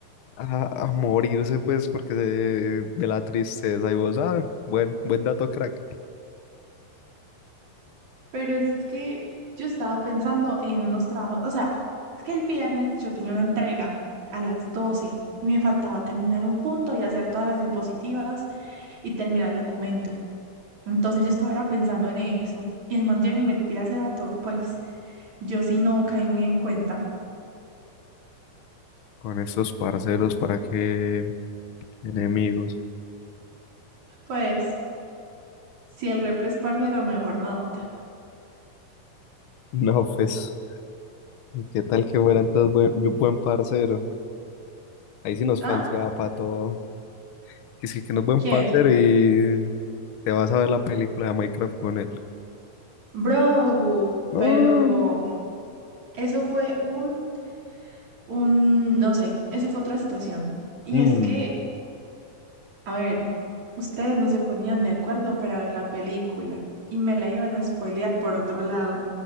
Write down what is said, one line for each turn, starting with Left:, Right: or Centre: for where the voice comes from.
Left: a morirse, pues, porque de, de la tristeza. Y vos, ah, buen, buen dato, crack.
Right: Pero es que yo estaba pensando en unos trabajos. O sea, es que el viernes yo tenía una entrega a las 12 y me faltaba terminar un punto y hacer todas las diapositivas y terminar el documento. Entonces yo estaba era pensando en eso y el man llega y me tira ese dato, pues yo sí no caí muy en cuenta.
Left: Con estos parceros, ¿para qué enemigos? <laughs>
Right: Pues si el repre es parcero, mejor no nota.
Left: No, pues, ¿qué tal que fuera entonces buen, buen parcero? Ahí sí nos
Right: ¿Ah?
Left: falseaba para todo. Y sí que no es buen
Right: ¿Quién?
Left: parcero y te vas a ver la película de Minecraft con él.
Right: Bro,
Left: No,
Right: pero
Left: no.
Right: eso fue un, un, no sé, eso fue otra situación. Y
Left: Mm,
Right: es que, a ver, ustedes no se ponían de acuerdo para ver la película y me la iban a spoilear por otro lado.